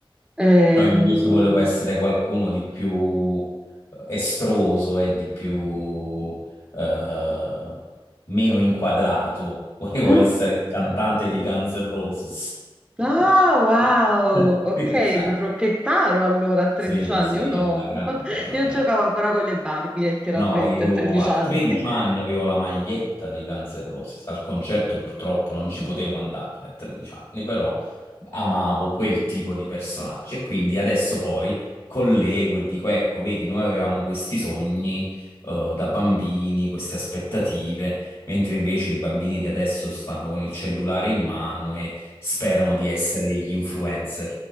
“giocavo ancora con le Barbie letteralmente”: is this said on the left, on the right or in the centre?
Centre